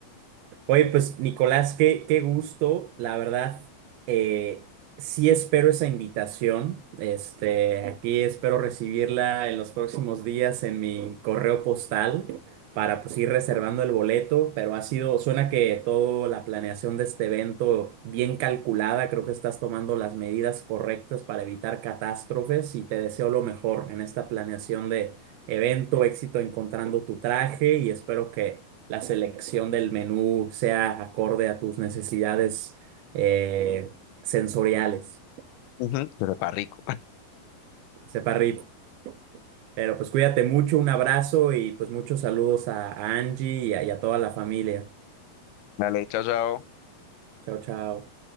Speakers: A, on the right; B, on the left.
A: Oye, pues Nicolás, qué, qué gusto, la verdad, eh, sí espero esa invitación, este, aquí espero recibirla en los próximos días en mi correo postal para pues ir reservando el boleto, pero ha sido, suena que toda la planeación de este evento bien calculada, creo que estás tomando las medidas correctas para evitar catástrofes y te deseo lo mejor en esta planeación de evento, éxito encontrando tu traje y espero que la selección del menú sea acorde a tus necesidades eh, sensoriales.
B: Ujú, que sepa rico. <laughs>
A: Sepa rico. Pero pues cuídate mucho, un abrazo y pues muchos saludos a, a Angie y a y a toda la familia.
B: La leche asada
A: Chao, chao.